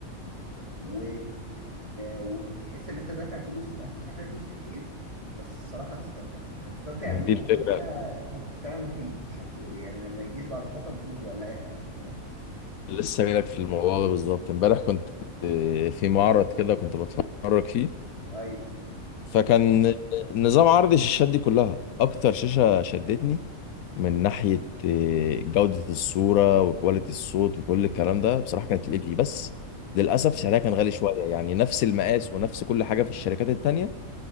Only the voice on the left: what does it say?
ما
هي دي الفكرة
لسه جايلك في الموضوع ده بالظبط امبارح كنت آه، في معرض كده كنت بتفرج فيه
فكان نظام عرض الشاشات دي كلها اكتر شاشة شدتني من ناحية آه، جودة الصورة وكواليتي الصوت وكل الكلام ده بصراحة كانت ال جي بس للأسف سعرها كان غالي شوية يعني نفس المقاس ونفس كل حاجة في الشركات التانية